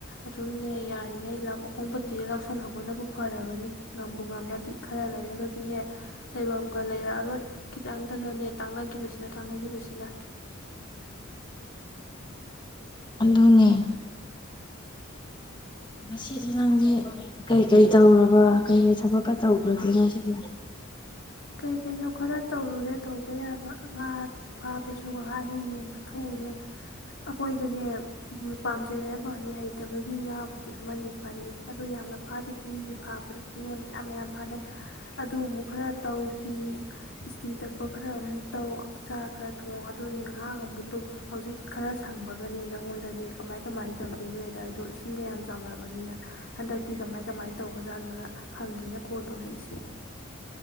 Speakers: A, on the left (about 70°); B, on the left (about 25°).
A: ꯑꯗꯨꯝꯅꯦ ꯌꯥꯔꯤꯉꯩ ꯂꯝ ꯑꯍꯣꯡꯕ ꯊꯤꯔꯒꯕꯨ ꯂꯧꯁꯜꯍꯧꯕꯅꯕꯨ ꯐꯔꯕꯅꯤ꯫ ꯉꯝꯕꯨ ꯉꯝꯃꯗꯤ ꯈꯔ ꯂꯩꯔꯒꯗꯤꯅꯦ ꯂꯩꯐꯝꯒ ꯂꯩꯔꯛꯑꯔꯣꯏ ꯈꯤꯇꯪꯇꯅꯅꯦ ꯇꯥꯛꯅꯈꯤꯕꯁꯤꯅ ꯇꯥꯛꯅꯈꯤꯕꯁꯤꯅ꯫
B: ꯑꯗꯨꯅꯦ꯫ ꯉꯁꯤꯁꯦ ꯅꯪꯗꯤ ꯀꯩꯀꯩ ꯇꯧꯔꯕ ꯀꯩꯀꯩ ꯊꯕꯛꯀ ꯇꯧꯈ꯭ꯔꯒꯦꯅꯣ ꯉꯁꯤꯗꯤ?
A: ꯀꯩ ꯀꯩꯅꯣ ꯈꯔ ꯇꯧꯔꯨꯔꯦ ꯇꯧꯕ ꯌꯥꯕ ꯉꯥ ꯐꯥꯕꯁꯨ ꯉꯍꯥ ꯍꯦꯛ ꯌꯦꯡꯕ ꯊꯣꯛꯎꯔꯦ ꯑꯩꯈꯣꯏꯗꯅꯦ ꯄꯥꯝꯖꯩ ꯍꯥꯏꯕ ꯋꯥꯅꯤ ꯍꯩꯇꯕꯒꯤ ꯉꯥꯕꯨꯗꯤ ꯑꯃꯅꯤ ꯐꯥꯔꯛꯏ ꯑꯗꯨ ꯌꯥꯝꯅ ꯐꯥꯗꯦ ꯃꯤꯒꯤ ꯐꯥꯕꯗꯁꯨꯅꯦ ꯃꯌꯥꯝ ꯌꯥꯝ ꯐꯥꯅꯩ ꯑꯗꯨ ꯑꯃꯨꯛ ꯈꯔ ꯇꯧ ꯄꯤ ꯏꯁꯇꯤ ꯇꯛꯄ ꯈꯔ ꯑꯃꯨꯛ ꯇꯧ ꯆꯥꯛ ꯈꯔ ꯊꯣꯡ ꯑꯗꯨꯅꯤ ꯉꯥꯏꯍꯥꯛ ꯑꯃꯨꯛꯇꯨꯝ ꯍꯧꯖꯤꯛ ꯈꯔ ꯁꯪꯕꯒꯅꯦ ꯅꯪꯉꯣꯟꯗꯅꯦ ꯀꯃꯥꯏ ꯀꯃꯥꯏ ꯇꯧꯒꯦ ꯅꯣꯣꯏꯗ ꯑꯩꯗꯣ ꯏꯁꯤꯡꯒ ꯌꯥꯝ ꯆꯥꯎꯔꯕꯅꯤꯅ ꯍꯟꯗꯛꯇꯤ ꯀꯃꯥꯏ ꯀꯃꯥꯏ ꯇꯧꯕꯖꯥꯠꯅꯣꯅ ꯍꯪꯒꯦꯅ ꯀꯣꯜ ꯇꯧꯔꯛꯏꯁꯦ꯫